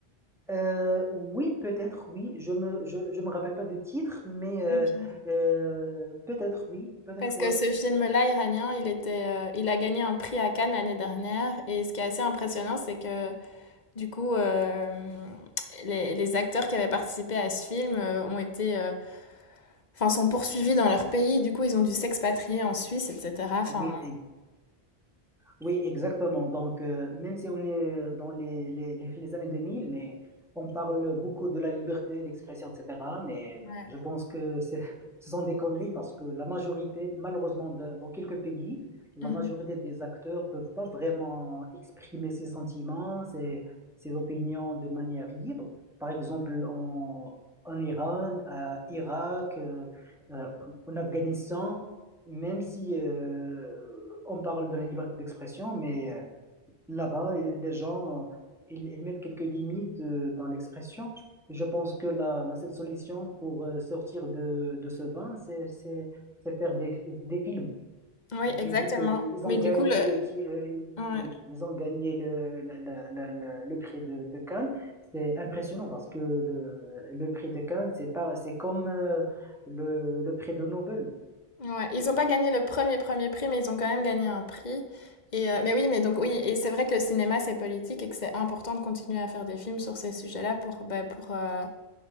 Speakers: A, in the centre; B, on the left.
A: Euh, oui, peut-être, oui. Je me, je, je me rappelle pas de titre, mais euh,
B: OK.
A: euh, peut-être, oui, peut-être,
B: Parce que
A: ouais.
B: ce film-là iranien, il était, heu, il a gagné un prix à Cannes l'année dernière et ce qui est assez impressionnant, c'est que du coup, hem, les les acteurs qui avaient participé à ce film, heu, ont été, heu, enfin sont poursuivis dans leur pays. Du coup, ils ont dû s'expatrier en Suisse et cetera. Enfin,
A: oui. Oui, exactement. Donc, euh, même si on est dans les, les, les les années 2000, mais on parle beaucoup de la liberté d'expression, etc. Mais
B: ouais.
A: je pense que c'est- ce sont des conneries parce que la majorité, malheureusement, dans dans quelques pays, la
B: Mmh
A: majorité des acteurs peuvent pas vraiment exprimer ses sentiments, ses, ses opinions de manière libre. Par exemple, en, en Iran, à Irak, euh, euh, en Afghanistan même si euh, on parle de la liberté d'expression, mais euh, là-bas, les gens, euh, ils, ils mettent quelques limites euh, dans l'expression. Je pense que la, la seule solution pour euh, sortir de, de ce bain, c'est, c'est, c'est faire des, des films.
B: Oui,
A: Et tu
B: exactement.
A: dis qu'ils
B: Mais
A: ont gagné
B: du coup, le...
A: le, ti- euh,
B: ouais.
A: oui, ils ont gagné le, le, le, le, le prix de, de Cannes. C'est impressionnant parce que le, le prix de Cannes, c'est pas, c'est comme euh, le, le prix de Nobel.
B: Ouais. Ils n'ont pas gagné le premier premier prix, mais ils ont quand même gagné un prix. Et euh, Mais oui, mais donc oui, et c'est vrai que le cinéma, c'est politique et que c'est important de continuer à faire des films sur ces sujets-là pour, bah, pour, euh,